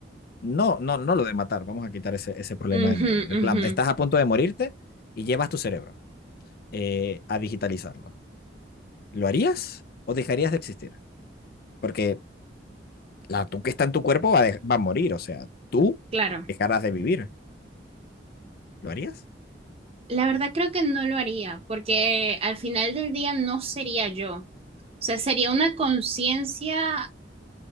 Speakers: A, on the left (about 55°); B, on the right (about 35°).
A: No, no, no lo de matar. Vamos a quitar ese, ese problema
B: Ujú,
A: de medio. De plan,
B: ujú,
A: estás a punto de morirte y llevas tu cerebro eh, a digitalizarlo. ¿Lo harías o dejarías de existir? Porque la tú que está en tu cuerpo va, de- va a morir, o sea, tú
B: Claro.
A: dejarás de vivir. ¿Lo harías?
B: La verdad creo que no lo haría, porque al final del día no sería yo. O sea, sería una conciencia,